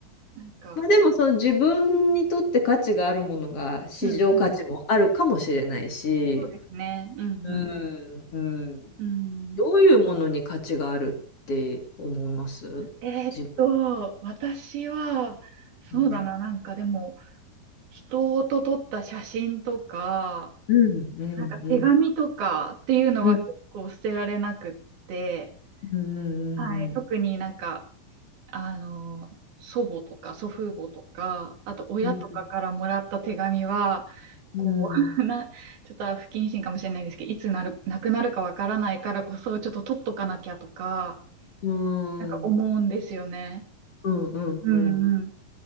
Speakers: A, on the right (about 75°); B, on the left (about 45°).
A: なんか、
B: まあでもその自分にとって価値があるものが市場価値もあるかもしれないし、
A: うんうん、そうですね。うんうん。
B: うんうん。
A: うん。
B: どういうものに価値があるって思います自分。
A: えーっと、私は、そうだな、
B: ん
A: なんかでも、人と撮った写真とか、
B: うんうんうん
A: なんか手紙とかっていうのは結構捨てられなくって、
B: うんうんうん
A: はい、特になんか、あの、祖母とか祖父母とか、あと親とかからもらった手紙は、
B: うんうんうん
A: こう、<laughs> な、ちょっと不謹慎かもしれないですけど、いつなる、なくなるかわからないからこそ、ちょっと取っとかなきゃとか、
B: うんうん
A: なんか思うんですよね。
B: うんうんうん
A: うんうん